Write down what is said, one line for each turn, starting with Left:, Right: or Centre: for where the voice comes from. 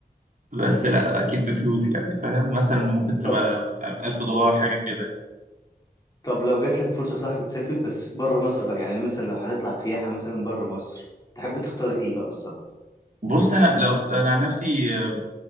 Right: بس لا اكيد بفلوس يعني فاهم مثلا ممكن تبقى
Left: طب
Right: مش عارف 1000 دولار حاجه كده يعني.
Left: طب لو جات لك فرصة صاحبي تسافر بس بره مصر بقى يعني مثلا لو هتطلع سياحة مثلا بره مصر تحب تختار ايه بقى بالظبط؟
Right: بص انا لو انا عن نفسي آه،